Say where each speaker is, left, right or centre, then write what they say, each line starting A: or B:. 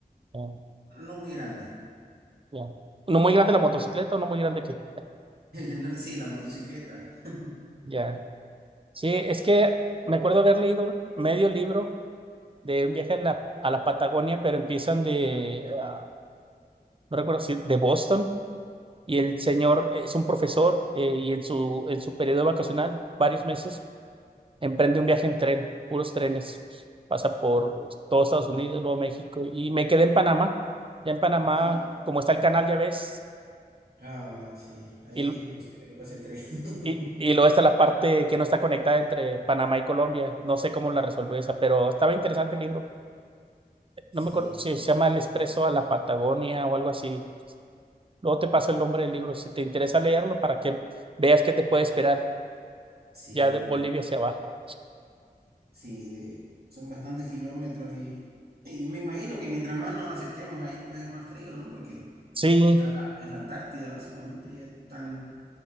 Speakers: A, on the right; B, on the right.
A: Ya,
B: no muy grande.
A: ya. ¿No muy grande la motocicleta o no muy grande que?
B: <laughs> No, Sí, la motocicleta. <laughs>
A: Ya. Sí, es que me acuerdo haber leído un medio libro de un viaje a la, a la Patagonia, pero empiezan de, ah, no recuerdo si, de Boston, y el señor es un profesor eh, y en su, en su periodo vacacional, varios meses Emprende un viaje en tren, puros trenes. Pasa por todo Estados Unidos, luego México. Y me quedé en Panamá. Ya en Panamá,
B: Sí.
A: como está el canal, ya ves.
B: Ah, sí, ahí
A: Y,
B: es imposible que pase el tren. <laughs>
A: y, y luego está la parte que no está conectada entre Panamá y Colombia. No sé cómo la resolvió esa, pero estaba interesante el libro.
B: Sí,
A: No me acuerdo si se llama El Expreso a la Patagonia o algo así. Luego te paso el nombre del libro si te interesa leerlo para que veas qué te puede esperar
B: sí,
A: ya
B: me
A: de Bolivia
B: imagino.
A: hacia abajo.
B: Sí, de- son bastantes kilómetros y, y me imagino que mientras más nos acerquemos ahí, pues es más frío, ¿no? Porque
A: Sí,
B: está la- es la Antártida, básicamente. Ya están,